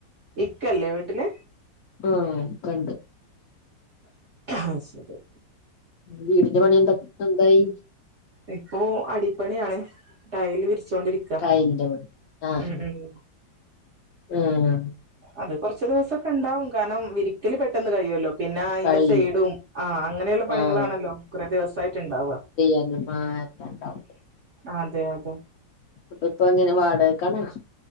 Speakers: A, on the right; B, on the left.
A: ഇക്കല്ലേ വീട്ടില്
B: ആ ഇക്കണ്ട്
A: ആഹ് ശരി
B: വീടുപണി എന്തായി
A: ഇപ്പോ അടിപ്പണിയാണ് ടൈൽ വി ച്ചോണ്ടിരിക്ക
B: ടൈലിന്റെ പണി ആഹ്
A: ഉം ഉം
B: ആഹ്
A: അത് കൊറച്ച് ദിവസൊക്കെ ഉണ്ടാവും കാരണം വിരിക്കല് പെട്ടെന്ന് കഴിയുല്ലോ പിന്നെ അയിന്റെ
B: കഴിയും
A: സൈഡും ആഹ് അങ്ങനെയുള്ള പണികളാണല്ലോ
B: ആഹ്
A: കുറെ ദിവസായിട്ട് ഇണ്ടാവുക
B: വല്ല്യുമ്മാക്കെ ഉണ്ടാവും
A: അതെ അതെ
B: അപ്പൊ ഇപ്പൊ എങ്ങനെ വാടകക്കാണോ